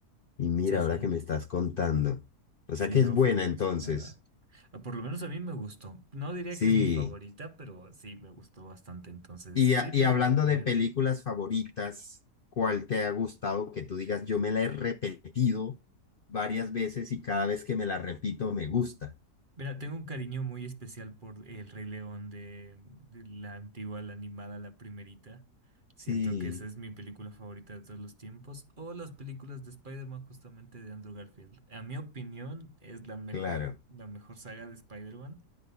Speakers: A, on the left; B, on the right.
A: Y mira,
B: Sí, sí,
A: ahora que me estás contando. O
B: sí,
A: sea que
B: no
A: es buena
B: fue muy
A: entonces.
B: sonada. Ah, Por lo menos a mí me gustó. No diría
A: Sí.
B: que es mi favorita, pero sí me gustó bastante, entonces
A: Y,
B: sí
A: a-
B: te
A: y hablando
B: la recomiendo.
A: de películas favoritas, ¿cuál te ha gustado que tú digas, yo me la he repetido varias veces y cada vez que me la repito me gusta?
B: Mira, tengo un cariño muy especial por El Rey León de, de la antigua, la animada, la primerita. Siento
A: Sí.
B: que esa es mi película favorita de todos los tiempos. O las películas de Spider-Man justamente de Andrew Garfield. A mi opinión es la mejor,
A: Claro.
B: la mejor saga de Spider-Man,